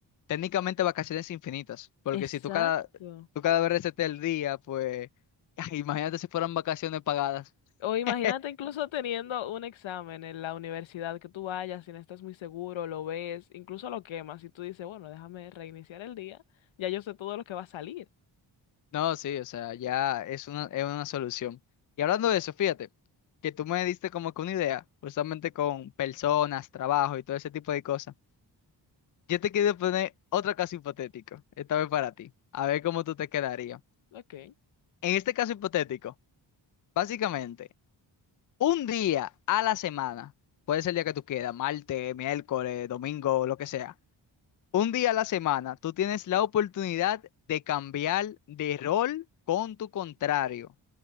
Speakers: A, on the left; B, on the left.
A: técnicamente vacaciones infinitas, porque
B: Exacto.
A: si tú cada, tú cada vez reseteas el día, pues, <laughs> imagínate si fueran vacaciones pagadas. <laughs>
B: O imagínate incluso teniendo un examen en la universidad que tú vayas, si no estás muy seguro, lo ves, incluso lo quemas y tú dices, bueno, déjame reiniciar el día, ya yo sé todo lo que va a salir.
A: No, sí, o sea, ya es una, es una solución. Y hablando
B: Sí.
A: de eso, fíjate, que tú me diste como que una idea, justamente con personas, trabajo y todo ese tipo de cosas. Yo te quiero poner otro caso hipotético, esta vez para ti, a ver cómo tú te quedarías.
B: Ok.
A: En este caso hipotético, básicamente, un día a la semana, puede ser el día que tú quieras, martes, miércoles, domingo, lo que sea. Un día a la semana, tú tienes la oportunidad de cambiar de rol con tu contrario,